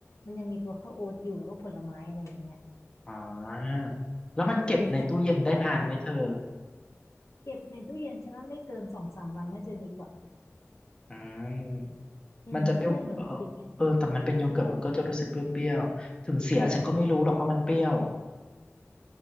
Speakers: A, on the left; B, on the left.
A: มันยังมีตัวข้าวโอ๊ตอยู่แล้วก็ผลไม้อะไรอย่างเงี้ย
B: อ่าแล้วมันเก็บในตู้เย็นได้นานไหมเธอ
A: อืมได้สุขภาพด้วย เก็บในตู้เย็นฉันว่าไม่เกินสองสามวันน่าจะดีกว่า
B: อืมมันจะเปรี้ยวเออ
A: อืมถ้าจะเหี่ยวดึกๆเนี่ย
B: เออแต่มันเป็นโยเกิร์ตมันก็จะรู้สึกเปรี้ยวๆถึงเสียฉันก็ไม่รู้หรอกว่ามันเปรี้ยว
A: เปรี้ยวๆใช่